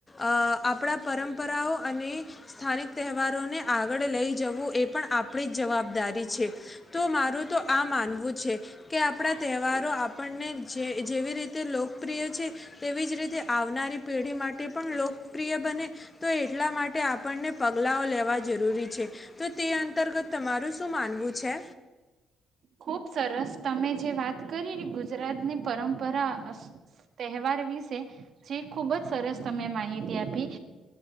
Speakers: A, on the left (about 25°); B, on the right (about 65°).
A: આપણા પરંપરાઓ અને સ્થાનિક તહેવારોને આગળ લઈ જવું એ પણ આપણી જ જવાબદારી છે તો મારું તો આ માનવું છે કે આપણા તહેવારો આપણને જે જેવી રીતે લોકપ્રિય છે તેવી જ રીતે આવનારી પેઢી માટે પણ લોકપ્રિય બને તો એટલા માટે આપણને પગલાઓ લેવા જરૂરી છે, તો તે અંતર્ગત તમારું શું માનવું છે?
B: ખુબ સરસ તમે જે વાત કરીને ગુજરાતની પરંપરા અફ તહેવાર વિશે જે ખુબ જ સરસ તમે માહિતી આપી.